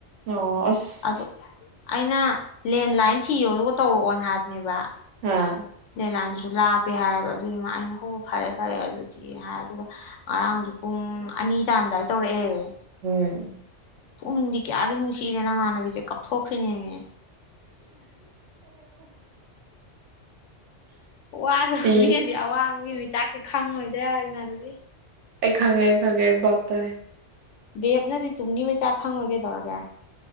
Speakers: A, on the right; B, on the left.
A: ꯑꯣ ꯑꯁ
B: ꯑꯗꯣ ꯑꯩꯅ ꯂꯦꯟꯂꯥꯏꯟ ꯊꯤꯌꯣ ꯑꯗꯨꯒ ꯇꯧꯔꯛꯑꯣꯅ ꯍꯥꯏꯕꯅꯦꯕ
A: ꯑ
B: ꯂꯥꯏꯟꯗꯨꯁꯨ ꯂꯥꯞꯄꯦ ꯍꯥꯏꯕ ꯑꯗꯨꯒꯤꯃ ꯑꯩꯅ ꯍꯣ ꯐꯔꯦ ꯐꯔꯦ ꯑꯗꯨꯗꯤ ꯍꯥꯏ ꯑꯗꯨꯒ ꯉꯔꯥꯡꯁꯨ ꯄꯨꯡ ꯑꯅꯤ ꯇꯥꯔꯝꯗꯥꯏꯗ ꯇꯧꯔꯛꯑꯦ
A: ꯎꯝ
B: ꯄꯨ ꯏꯤꯟꯗꯤ ꯀꯌꯥꯗꯤ ꯅꯨꯡꯁꯤꯔꯦꯅ ꯃꯥꯅꯕꯤꯖ ꯀꯥꯞꯊꯣꯛꯈ꯭ꯔꯤꯅꯦꯅꯦ ꯋꯥꯗꯕ
A: ꯁꯤ
B: ꯃꯤꯗꯤ ꯑꯋꯥꯕꯒꯤ ꯃꯤ ꯆꯥꯛꯁꯤ ꯈꯪꯉꯣꯏꯗ ꯢꯃꯟꯅꯕꯤ
A: ꯑꯦ ꯈꯉꯦ ꯈꯉꯦ ꯕꯞ ꯇꯥꯏ
B: ꯕꯦꯞꯅꯗꯤ ꯇꯨꯡꯗꯤ ꯃꯩꯆꯥ ꯈꯪꯉꯣꯏ ꯀꯩꯗꯧꯔꯒꯦ